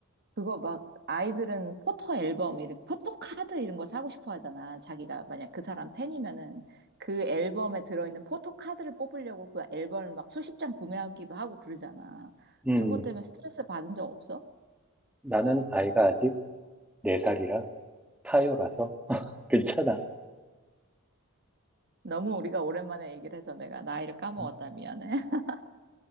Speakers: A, on the right (about 45°); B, in the centre.
A: 그거 막, 아이들은 포토 앨범, 이런, 포토 카드 이런 거 사고 싶어 하잖아. 자기가 만약 그 사람 팬이면은, 그 앨범에 들어있는 포토 카드를 뽑으려고 그 앨범을 막 수십 장 구매하기도 하고 그러잖아.
B: 음,
A: 그런 것 때문에 스트레스 받은 적 없어?
B: 나는 아이가 아직 4살이라 타요라서 <laughs> 괜찮아.
A: 너무 우리가 오랜만에 얘기를 해서 내가 나이를 까먹었다.
B: 음,
A: 미안해. <laughs>